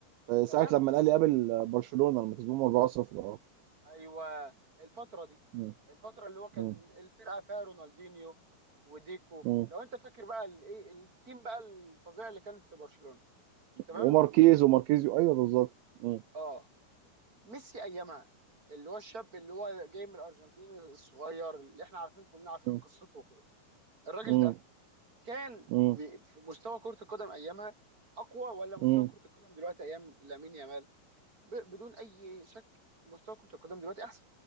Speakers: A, on the right; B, on the right.
A: آه،
B: تمام
A: ساعه لما الاهلي قابل آه، برشلونه لما كسبهم 4-0 اه
B: ايوه الفترة دي
A: مم.
B: الفترة اللي هو كان
A: مم.
B: الفرقة فيها رونالدينيو وديكو
A: مم.
B: لو انت فاكر بقى الايه التيم بقى الفظيع اللي كان في برشلونة تمام؟
A: وماركيز وماركيزيو ايوه بالظبط مم.
B: اه ميسي ايامها اللي هو الشاب اللي هو جاي من الارجنتين الصغير اللي احنا عارفين كلنا عارفين
A: مم.
B: قصته وكده الراجل
A: مم.
B: ده كان
A: مم.
B: بي- في مستوى كرة القدم ايامها اقوى ولا مستوى
A: مم.
B: كرة القدم دلوقتي ايام لامين يامال ب- بدون اي شك مستوى كره القدم دلوقتي احسن